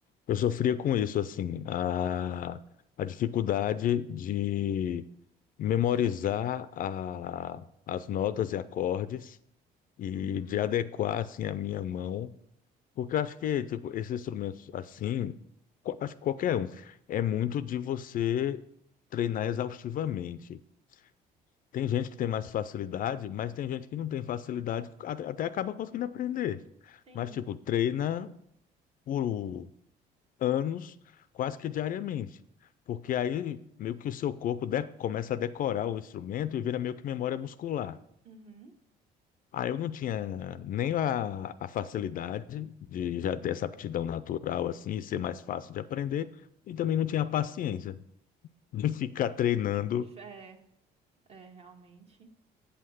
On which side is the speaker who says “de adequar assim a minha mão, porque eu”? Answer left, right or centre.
Left